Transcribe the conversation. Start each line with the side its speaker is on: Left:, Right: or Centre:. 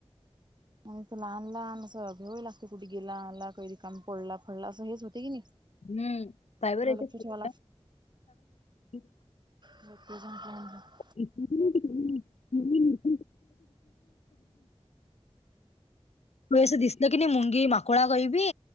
Right: आणि त लहान लहान असं भेवाय लागते कुठे गेला आला कध र काम पडला फडला असं हेच होते की नाही.
Left: हम्म काही ब याच्या
Right: लक्ष ठेवा
Left: <unintelligible>
Right: जकजन का <unintelligible>
Left: म <unintelligible> तूस दिसलं क नाही मुंगी माकुळा गोई बी.